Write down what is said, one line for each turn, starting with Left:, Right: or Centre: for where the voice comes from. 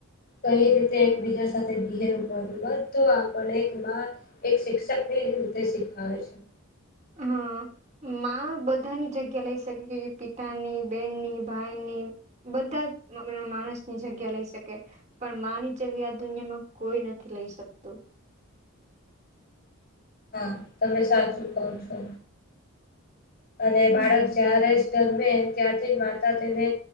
Left: કઈ રીતે એકબીજા સાથે બિહેવ કરવું બધું આપડે એક માં એક શિક્ષક ની રીતે શીખાવે છે.
Right: હા આ. માં બધાની જગ્યા લઈ શકે છે પિતાની બેનની ભાઈની બધા <inaudible> માણસની જગ્યા લઈ શકે. પણ માની જગ્યા આ દુનિયામાં કોઈ નથી લઈ શકતું.
Left: હા તમે સાચું કહ છો, અને
Right: હમ
Left: બાળક જ્યારે જ જન્મે ત્યારથી માતા તેને